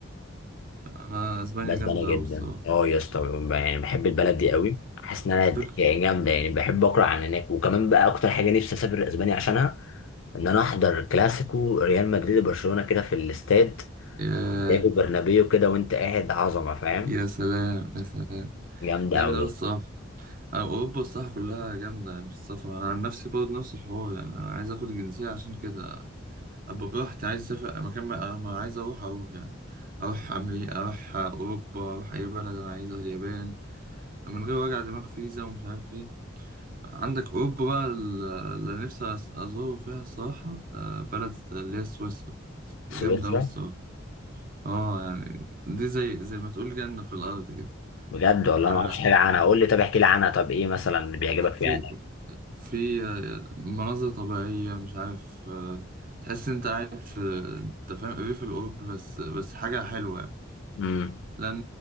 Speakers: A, on the right (about 45°); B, on the left (about 65°).
A: انا اسبانيا
B: بسبانيا
A: جامده قوي
B: جدا
A: الصراحه
B: اه يا اسطى ب- يعني بحب البلد دي قوي حاسس ان انا
A: على
B: د-
A: فكره
B: يعني جامده يعني بحب اقرا عن هناك وكمان بقى اكتر حاجه نفسي اسافر اسبانيا عشانها ان انا احضر كلاسيكو ريال مدريد وبرشلونه كده في الاستاد
A: يا
B: سانتياغو برنابيو كده وانت قاعد عظمه فاهم
A: يا سلام يا سلام
B: جامده
A: جامد
B: قوي
A: قوي الصراحه أنا اوروبا الصراحه كلها جامده يعني في السفر انا عن نفسي برضه نفس الحوار يعني انا عايز اخد الجنسيه عشان كده ابقى براحتي عايز اسافر مكان ما ما عايز اروح اروح يعني اروح امريكا اروح اوروبا اروح اي بلد انا عايزها اليابان من غير وجع دماغ فيزا ومش عارف ايه عندك اوروبا بقى ال- اللي نفسي أز- ازوره فيها الصراحه آه، بلد اللي هي سويسرا جامده
B: سويسرا
A: قوي الصراحه اه يعني دي زي زي ما تقول جنة في الأرض كده
B: بجد والله
A: آه
B: ما اعرفش حاجه عنها قول لي طب احكي لي عنها طب ايه مثلا اللي بيعجبك فيها
A: في
B: هناك
A: في آه، مناظر طبيعية مش عارف آه تحس انت قاعد في انت فاهم الريف الأوروبي بس بس حاجة حلوة يعني.
B: امم
A: لأن